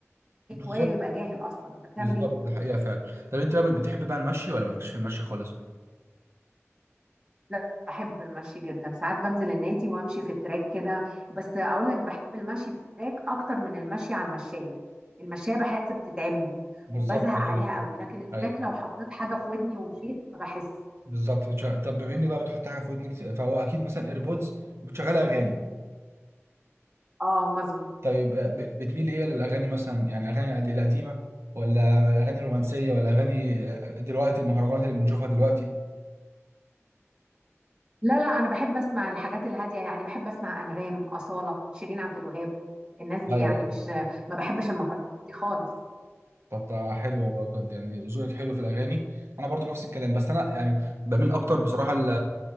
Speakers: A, on the right (about 60°); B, on the right (about 15°).
A: بالظبط
B: هوايه يبقى جاهل اصلا انت بتعمل
A: بالظبط
B: ايه
A: ده حقيقه فعلا طب انت بقى بتحب بقى المشي ولا مالكش في المشي خالص
B: لا بحب المشي جدا ساعات بنزل النادي وامشي في التراك كده بس اقول لك بحب المشي في التراك اكتر من المشي على المشايه المشايه بحس بتتعبني
A: بالظبط
B: وبزهق
A: ده حقيقه
B: عليها قوي لكن التراك
A: ايوه
B: لو حطيت حاجه في ودني ومشيت ما بحس
A: بالظبط بتشغل... طب بما اني بقى بتحط حاجه في ودنك فهو اكيد مثلا ايربودز وبتشغل اغاني
B: اه مظبوط
A: طيب آه، ب... بتميل ايه للاغاني مثلا يعني اغاني قد- القديمه ولا اغاني رومانسيه ولا اغاني آه، دلوقتي المهرجانات اللي بنشوفها دلوقتي
B: لا لا انا بحب اسمع الحاجات الهاديه يعني بحب اسمع انغام اصاله شيرين عبد الوهاب الناس دي
A: ايوه
B: يعني مش ما بحبش المهرجانات دي خالص
A: طب ده حلو والله بجد يعني ذوقك حلو في الاغاني انا برضو نفس الكلام بس انا يعني بميل اكتر بصراحه ل